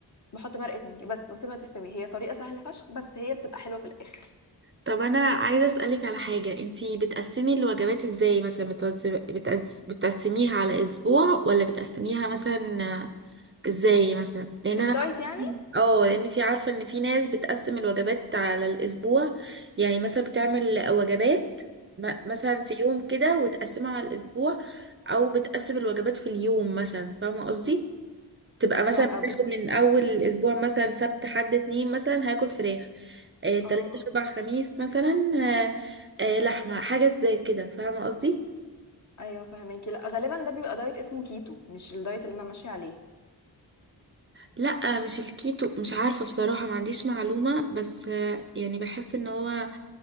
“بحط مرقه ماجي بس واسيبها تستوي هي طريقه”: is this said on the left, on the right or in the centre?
Left